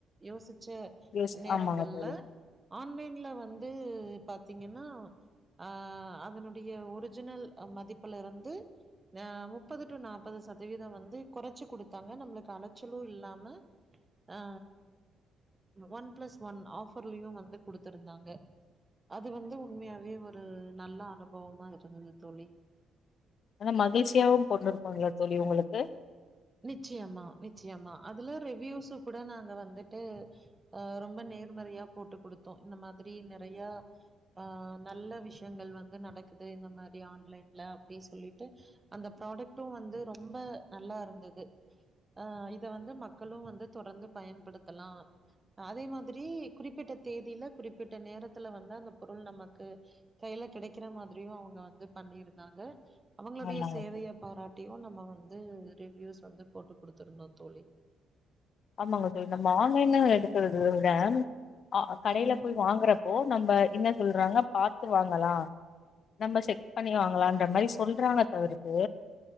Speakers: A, on the right; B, on the left.
A: யோசி சேர்
B: யோசி
A: நேரங்கள்ல
B: ஆமாங்க தோழி
A: ஆன்லைன்ல வந் து பாத்தீங்கன்னா அ அதனுடைய ஒரிஜினல் மதிப்புலருந்து முப்பது டு நாப்பது சதவீத வந்து கோறச்சு கொடுத்தாங்க நம்மளுக்கு அ அலைச்சல்லோம் இல்லாம அ ஒன் பிளஸ் ஒன் ஆஃபர்லயு வந்து குடுத்திருந்தாங்க அது வந்து உண்மயாவே ஒரு நல்ல அனுபவமா இருந்தது தோழி
B: ஆனா மகிழ்ச்சியாவு கொண்டிருக்கும்ல தோழி உங்களுக்கு
A: நிச்சயமா நி நிச்சயமா அதுல ரிவ்யூசுகூட நாங்க வந்துட்டு அ ரொம்ப நேர்மறையா போட்டு கொடுத்தோ இந்த மாரி நெறைய ஆ நல்ல விஷயங்கள் வந்து நடக்குது இந்த மாரி ஆன்லைன்ல அப்டி சொல்லிட்டு அந்த ப்ராடக்ட்டோ வந்து ரொம்ப நல்லா இருந்தது ஆ இத வந்து மக்கலோம் வந்து தொடர்ந்து பயன்படுத்தலா அதே மாரி குறிப்பிட்ட தேதியில குறிப்பிட்ட நேரத்துல வந்து அந்த பொருள் நமக்கு கையில கெடைக்கேறா மாரியும் அவங்க வந்து பண்ணிருந்தாங்க அவங்களுடைய
B: ஆமாங்க
A: சேவைய
B: தோழி
A: பாராட்டியும் நம்ம வந்து இது ரிவூஸ் வந்து போட்டு கொடுத்துருந்தோம் தோழி
B: ஆமாங்க சார் நம்ம ஆன்லைன் எடுத்ததுற ஆ ஆ வாங்கிகடையில
A: ம்
B: போய் வாங்குறப்போ நம்ம இன்ன சொல்றாங்க பாத்து வாாங்களா நம்ம செக்ப் பண்ணி வாாங்களா மாரி சொல்றாங்க தவிரக்கு